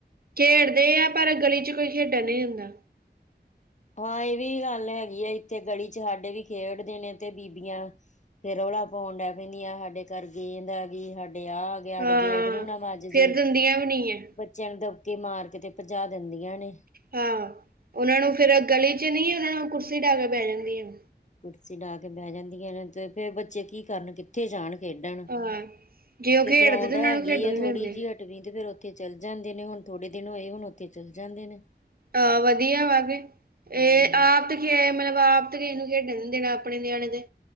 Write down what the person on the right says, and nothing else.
ਖੇਡਦੇ ਆ ਪਰ ਗਲੀ ਚ ਕੋਈ ਖੇਡਣ ਨਹੀਂ ਦੇਦਾ।
ਹਾਂ
ਫਿਰ
ਦਿੰਦੀਆਂ ਵੀ ਨਹੀਂ ਹੈ
ਹਾਂ, ਉਹਨਾਂ ਨੂੰ ਫੇਰ ਗਲੀ ਚ ਨੀ ਉਹ ਨੂੰ ਕੁਰਸੀ ਢਾਹ ਕੇ ਬੈਹ ਜਾਂਦੀ ਆ।
ਹਾਂ ਜੇ ਉਹ
ਖੇਡਦੇ
ਤੇ ਉਹਨਾਂ
ਨੂੰ ਖੇਡਣ ਨਹੀਂ
ਦਿੰਦੇ
ਹਾਂ ਵਧੀਆ ਵਾ ਕੇ, ਇਹ
ਆਪ ਮਤਲਬ ਆਪ ਤਾਂ ਕਿਸੇ ਨੂੰ ਖੇਡਣ ਨੀ ਦੇਣਾ ਆਪਣੇ ਨਿਆਣੇ ਦੇ